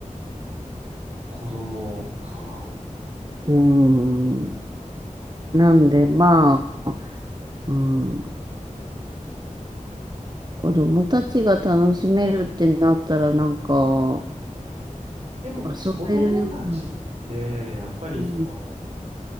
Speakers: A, on the right; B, on the right.
A: 子供か。
B: え。うん。なんで、まあ、うん。子供たちが楽しめるってなったら、なんか、
A: でも、
B: 遊べるような。
A: 子供たちって、やっぱりその、
B: うん、